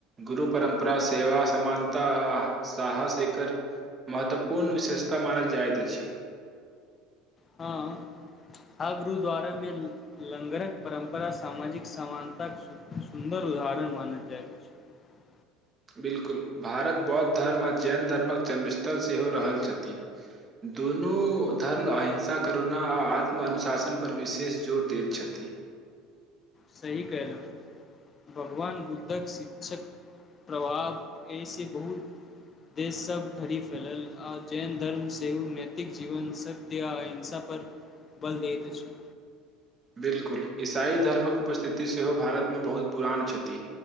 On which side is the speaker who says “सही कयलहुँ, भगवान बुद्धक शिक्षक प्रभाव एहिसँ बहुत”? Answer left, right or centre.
Left